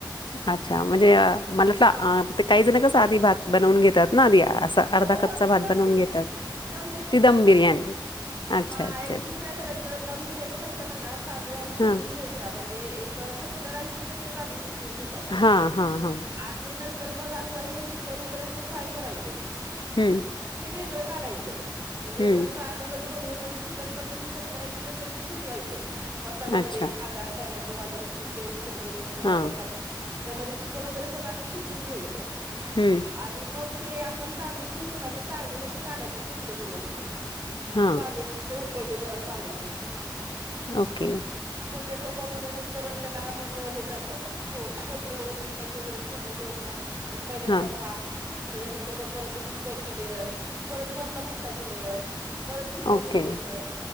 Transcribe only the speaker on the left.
अच्छा, म्हणजे मला सांग
ते अं काही जणी कसं साधी भात बनवून घेतात, ना आधी असा अर्धा
कच्चा
भात
बनवून
घेतात.
ती
दम बिर्याणी
अच्छा
अच्छा
अच्छा
हां
हां हां हां
हम्म.
हम्म
अच्छा
हां
हम्म
हां
ओके
हां
ओके